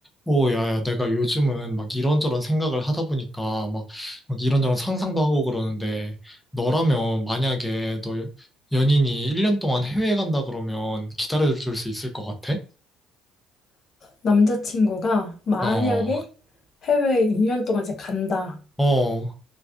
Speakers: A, in the centre; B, on the left.
A: 오, 야, 야, 내가 요즘은 막 이런저런 생각을 하다 보니까 막, 막 이런저런 상상도 하고 그러는데, 너라면 만약에 너 연인이 1년 동안 해외에 간다 그러면 기다려줄 수 있을 것 같아?
B: 남자친구가 만약에
A: 어,
B: 해외에 1년 동안 이제 간다.
A: 어,